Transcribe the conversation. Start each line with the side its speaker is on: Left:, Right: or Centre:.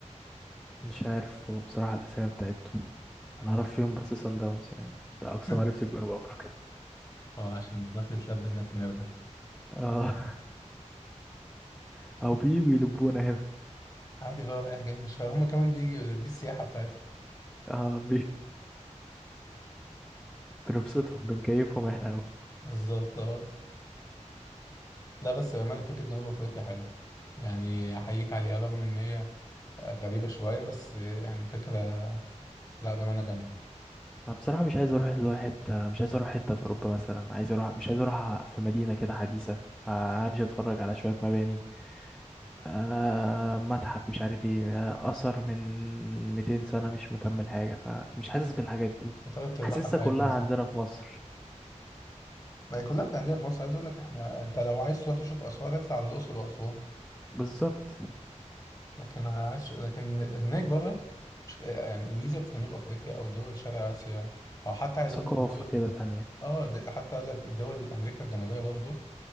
Centre: مش عارف بصراحة الأسامي بتاعتهم أنا
Left: هم
Centre: أعرف فيهم بس سان داونز يعني ده أقصى
Left: <laughs>
Centre: معرفتي بجنوب أفريقيا
Left: اه عشان بنروح نتلب هناك ونرجع
Centre: اه <laughs> أو بييجوا يلبونا هنا
Left: عادي بقى رايح جاي مش فاهم هما كمان بيجي دي السياحة بتاعتهم
Centre: اه بنبسطهم بنكيفهم احنا قوي
Left: بالظبط اه لا بس بأمانة فكرة جنوب أفريقيا حلوة يعني أحييك عليها رغم إن هي غريبة شوية بس يعني فكرة لا بأمانة جامدة
Centre: انا بصراحه مش عايز اروح اللي هو حته مش عايز اروح حته في اوروبا مثلا عايز اروح مش عايز اروح في مدينه كده حديثه آه، امشي اتفرج على شويه مباني آه متحف مش عارف ايه آه اثر من 200 سنه مش مكمل حاجه فمش حاسس بالحاجات دي
Left: وتلات أرباعها
Centre: حاسسها
Left: بتاعتنا
Centre: كلها
Left: أساسا
Centre: عندنا في مصر
Left: ما هي كلها بتاعتنا في مصر عايز أقول لك إحنا أنت لو عايز تروح تشوف آثار اطلع على الأقصر وأسوان
Centre: بالظبط
Left: لكن عاش لكن هناك بره مش يعني الميزه في جنوب افريقيا او دول شرق اسيا او حتى عايز
Centre: ثقافه
Left: اقول لك دول
Centre: كده تانية
Left: اه د- حتى اقول لك دول امريكا الجنوبيه برضو